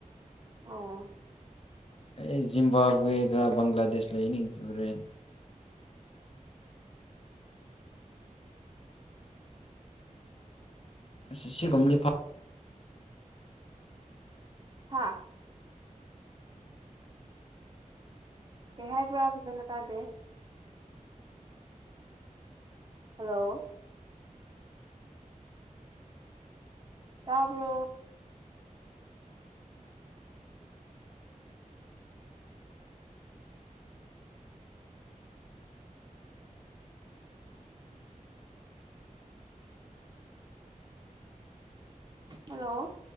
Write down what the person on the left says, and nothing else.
ꯑꯦ ꯖꯤꯝꯕꯥꯥꯕꯋꯦꯒ ꯕꯪꯒ꯭ꯂꯥꯗꯦꯁ ꯂꯩꯅꯤ ꯍꯨꯔꯦꯟ ꯑꯁꯤ ꯁꯤꯒꯨꯝꯕꯗꯤ ꯐꯥꯎ